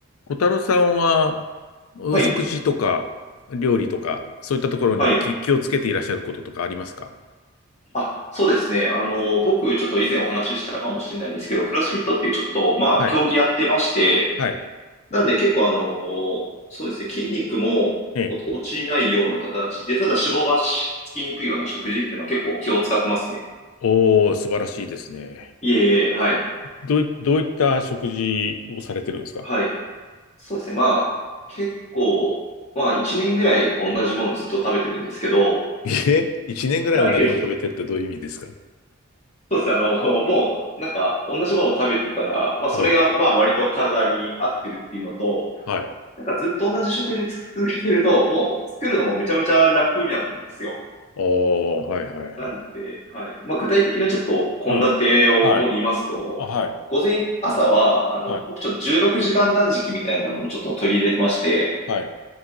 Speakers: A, on the left; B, on the left.
A: 小太郎さんは、お食事とか、
B: はい。
A: 料理とか、そういったところに気、
B: はい。
A: 気をつけていらっしゃることとかありますか
B: あ、そうですね。あの、僕、ちょっと以前お話ししたかもしれないんですけど、クロスフィットっていうちょっと、まあ、
A: はい。
B: 競技やってまして、
A: はい。
B: なんで結構あの、そうですね、筋肉もお落ちないような形で、
A: ええ。
B: ただ脂肪がしつきにくいような食事っていうのは結構気を使ってますね。
A: おー、素晴らしいですね。
B: いえいえ、はい。
A: どうい、どういった食事をされてるんですか
B: はい。そうですね、まあ、結構、まあ、1年ぐらい同じものずっと食べてるんですけど、
A: え一年ぐらい同じもの食べてるってどういう意味ですか
B: はい。そうですね。あの、<laughs> もう、なんか、同じものを食べてたら、まあ、それが、
A: うん。
B: まあ、割と体に合ってるっていうのと、
A: はい。
B: なんかずっと同じ食事続けてると、もう、作るのもめちゃめちゃ楽なんですよ。
A: おー、はいはいはい。
B: なんで、はい。まあ、具体的なちょっと、献立をもう言いますと、
A: うん。はい。あ、はい。
B: 午前、朝は、あの、
A: はい。
B: 僕ちょっと16時間断食みたいなのもちょっと取り入れてまして、
A: はい。